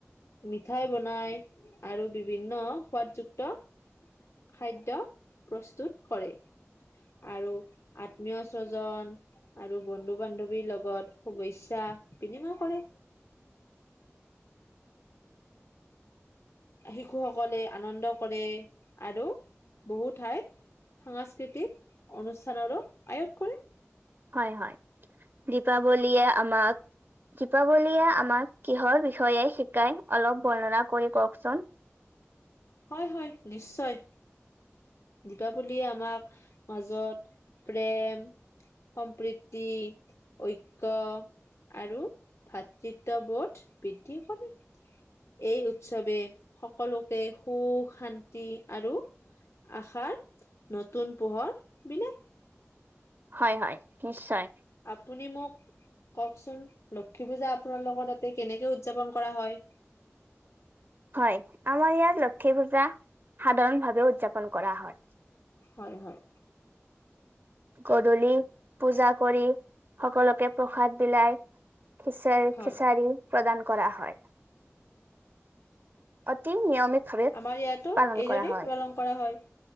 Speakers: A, on the left; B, on the right.
A: মিঠাই বনাই আৰু বিভিন্ন সোৱাদযুক্ত খাদ্য প্ৰস্তুত কৰে। আৰু আত্মীয়স্বজন আৰু বন্ধু বান্ধৱীৰ লগত শুভেচ্ছা বিনিময় কৰে। শিশুসকলে আনন্দ কৰে আৰু বহু ঠাইত সাংস্কৃতিক অনুষ্ঠানৰো আয়োগ কৰে।
B: হয়-হয় দীপাৱলীয়ে আমাক দীপাৱলীয়ে আমাক কিহৰ বিষয়ে শিকাই অলপ বৰ্ণনা কৰি কওকচোন।
A: হয়, হয়, নিশ্চয়। দীপাৱলী আমাক মাজত প্ৰেম সম্প্ৰীতি, ঐক্য। আৰু ভাতৃত্ববোধ বৃদ্ধি কৰে। এই উৎসৱে সকলোকে সুখ শান্তি আৰু আশাৰ নতুন পোহৰ বিনে।
B: হয়- হয় নিশ্চয়।
A: আপুনি মোক কওকচোন লক্ষী পূজা আপোনাৰ লগত তাতে কেনেকে উদযাপন কৰা হয়।
B: হয় আমাৰ ইয়াত লক্ষী পূজা সাধাৰণ ভাৱে উদযাপন কৰা হয়।
A: হয়- হয়।
B: গধূলি পূজা কৰি সকলোকে প্ৰসাদ বিলাই। খিচাৰ
A: হয়,
B: খিচাৰী। প্ৰদান কৰা হয় অতি নিয়মিত ভাৱে
A: আমাৰ ইয়াতো
B: পালন
A: এইদৰেই
B: কৰা হয়।
A: পালন কৰা হয়।